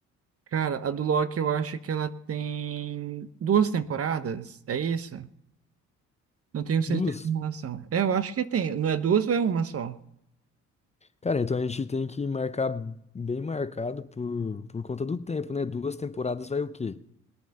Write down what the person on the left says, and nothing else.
Duas.
Cara, então a gente tem que marcar bem marcado por, por conta do tempo, né? Duas temporadas vai o quê?